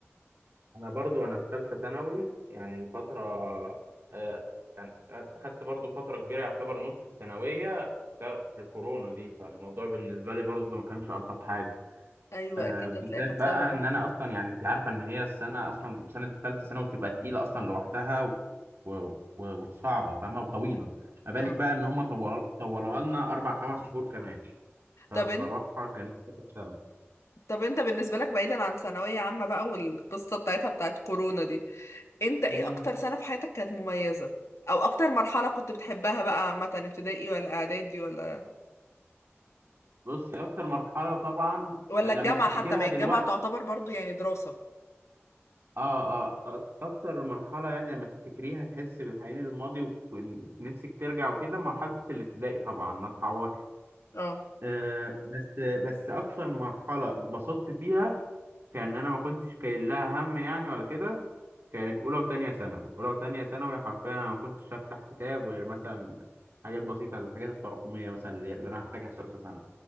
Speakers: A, on the right (about 65°); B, on the left (about 85°).
A: انا برضو انا في ثالثه ثانوي يعني الفتره آه، كان خدت خدت برضو فتره كبيره يعتبر نص الثانويه ف- في الكورونا دي فالموضوع بالنسبه لي برضو ما كانش الطف حاجه
B: ايوه
A: آه،
B: اكيد
A: بالذات
B: هتلاقيها كانت
A: بقى
B: صعبه قوي
A: ان انا اصلا يعني انت عارفه ان هي السنه اصلا سنه الثالثه ثانوي بتبقى تقيله اصلا لوحدها و... و... وصعبه فاهمه وطويله ما بالك
B: اه
A: بقى ان هم طولوها طولوها لنا اربع خمس شهور كمان فبصراحه
B: طب انت
A: كانت حاجه سامه
B: طب انت بالنسبة لك بعيدا عن ثانوية عامة بقى والقصة بتاعتها بتاعت كورونا دي انت ايه
A: امم
B: اكتر سنة في حياتك كانت مميزة او اكتر مرحلة كنت بتحبها بقى عامة ابتدائي ولا اعدادي ولا
A: بصي اكتر مرحله طبعا
B: ولا
A: آه،
B: الجامعة
A: لما تفتكرها
B: حتى ما هي
A: دلوقتي
B: الجامعة تعتبر برضو يعني دراسة
A: اه اه أك- اكتر مرحله يعني لما تفتكريها تحس بالحنين للماضي ونفسك ترجع وكده مرحله الابتدائي طبعا ما تتعوضش
B: اه
A: آه بس بس اكتر مرحله اتبسطت فيها كان انا ما كنتش كاين لها هم يعني ولا كده كانت اولى وتانية ثانوي اولى وتانية ثانوي حرفيا انا ما كنتش افتح كتاب غير مثلا حاجات بسيطه الحاجات التراكميه مثلا اللي اللي انا هحتاجها في ثالثه ثانوي